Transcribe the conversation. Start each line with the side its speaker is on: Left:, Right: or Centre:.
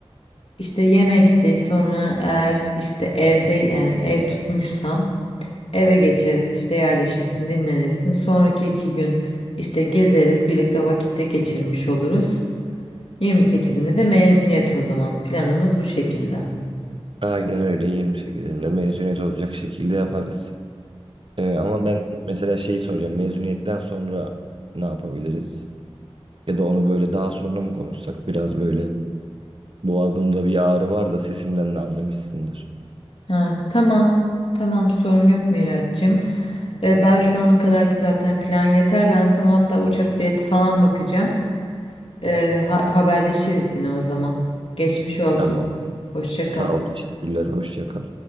Left: İşte yemekte sonra eğer işte evde yani ev tutmuşsam eve geçeriz. İşte yerleşirsin, dinlenirsin. Sonraki iki gün işte gezeriz, birlikte vakitte geçirmiş oluruz. 28'inde de mezuniyet o zaman. Planımız bu şekilde.
Right: Aynen öyle 28'inde mezuniyet olacak şekilde yaparız. Ee, ama ben mesela şeyi soracağım. Mezuniyetten sonra ne yapabiliriz? Ya da onu böyle daha sonra mı konuşsak? Biraz böyle boğazımda bir ağrı var da sesimden de anlamışsındır.
Left: Ha, tamam. Tamam sorun yok Miraç'cığım. Ee, ben şu ana kadarki zaten plan yeter. Ben sana hatta uçak bileti falan bakacağım. Ee, ha- haberleşiriz yine o zaman. Geçmiş olsun.
Right: Tamam.
Left: Hoşça
Right: Sağ
Left: kal.
Right: ol. Teşekkürler. Hoşça kal.